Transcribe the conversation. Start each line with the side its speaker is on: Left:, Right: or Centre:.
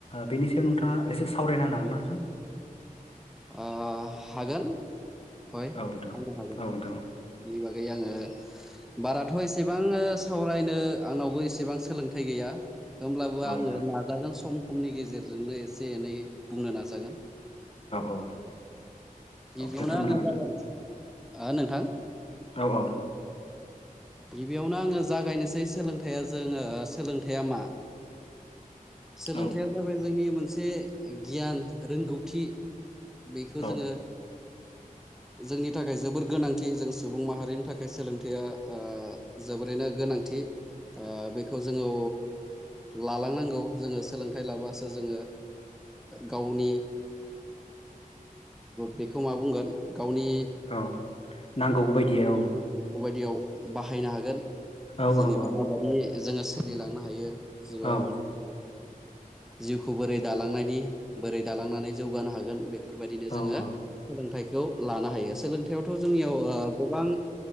Left: बेनि सायाव नोंथाङा एसे सावरायना होनो हागोन ना नोंथां।
Centre: ओ हागोन। हय
Left: हागोन ना
Centre: आंनो हागोन
Left: नोंथां
Centre: बेनि बागै आङो। बाराथ' एसेबां सावरायनो आंनावबो एसेबां सोलोंथाइ गैया। होमब्लाबो
Left: औ नोंथां औ
Centre: आङो
Left: नोंथां
Centre: नाजागोन सम खमनि गेजेरजोंनो एसे एनै बुंनो नाजागोन।
Left: औ नोंथां औ औ
Centre: नोंथां
Left: दे फोरमायना
Centre: गिबियावनो आङो
Left: होदो।
Centre: <unintelligible> ओ नोंथां।
Left: औ।
Centre: गिबियावनो आङो जागायनोसै सोलोंथाइआ जोङो सोलोंथाइया मा।
Left: <unintelligible>
Centre: सोलोंथाइया
Left: औ
Centre: जाबाय जोंनि मोनसे गियान रोंगौथि। बेखौ
Left: औ
Centre: जोङो। जोंनि थाखाय जोबोर गोनांथि जों सुबुं माहारिनि थाखाय सोलोंथ बेयो जोबोरैनो गोनांथि बेखौ जोङो लालांनांगौ जोङो सोलोंथाइ लाबसो जोङो गावनि बेखौ मा बुंगोन गावनि
Left: औ नांगौ बायदि औ
Centre: याव बाहायनो हागोन
Left: औ
Centre: जेनेबा
Left: औ
Centre: माबायदि जोङो सोलिलांनो हायो जिबाव
Left: औ
Centre: जिउखौ बोरै दालांनायनि बोरै दालांनानै जौगानो हागोन बे बेफोरबायदिनो जोङो
Left: औ नोंथां औ औ
Centre: सोलोंथाइखौ लानो हायो सोलोंथायाइयावथ' जोंनियाव ओ गोबां